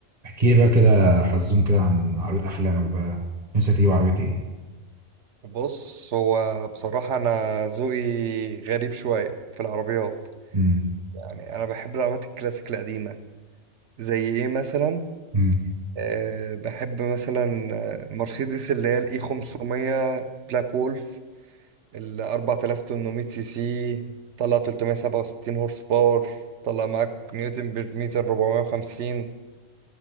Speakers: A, on the right; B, on the right.
A: احكي لي بقى كده حزون كده عن عربية أحلامك بقى نفسك تجيب عربية إيه؟
B: بص هو بصراحة أنا ذوقي غريب شوية في العربيات
A: امم
B: يعني أنا بحب العربيات الكلاسيك القديمة زي إيه مثلا
A: امم
B: أه بحب مثلا آه، مرسيدس اللي هي الإي 500 بلاك وولف ال 4800 سي سي طلع 367 هورس باور طلع معاك نيوتن بير متر 450